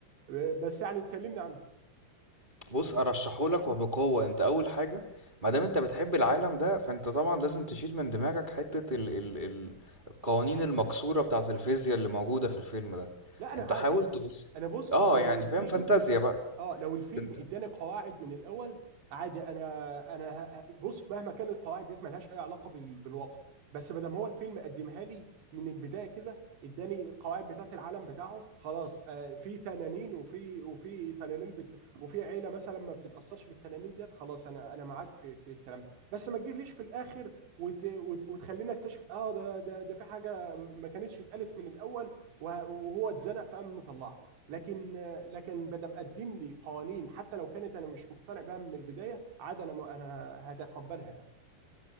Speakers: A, on the right (about 75°); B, on the right (about 20°).
A: آه، بس يعني اتكلمنا عنه
B: بص ارشحهولك وبقوة انت اول حاجة ما دام انت بتحب العالم ده فانت طبعا لازم تشيل من دماغك حتة ال ال ال القوانين المكسورة بتاعة الفيزياء اللي موجودة في الفيلم ده
A: لا انا
B: انت
A: عادي
B: حاول تبص
A: انا بص
B: اه
A: هو
B: يعني
A: لو الفيلم
B: فاهم فانتازيا بقى
A: اه لو الفيلم
B: انت
A: اداني قواعد من الاول عادي انا انا ه- ه- بص مهما كانت القواعد ديت ملهاش اي علاقه بال- بالواقع بس ما دام هو الفيلم قدمها لي من البدايه كده اداني القواعد بتاعت العالم بتاعه خلاص آه في تنانين وفي وفي تنانين بت وفي عيله مثلا ما بتتاثرش بالتنانين ديت خلاص انا انا معاك في في الكلام ده بس ما تجيليش في الاخر وت وت- وتخليني اكتشف اه ده ده ده في حاجه ما كانتش اتقالت من الاول وه- وهو اتزنق فقام مطلعها لكن لكن بدم قدم لي قوانين حتى لو كانت انا مش مقتنع بها من البدايه عاد انا م... انا هتقبلها يعني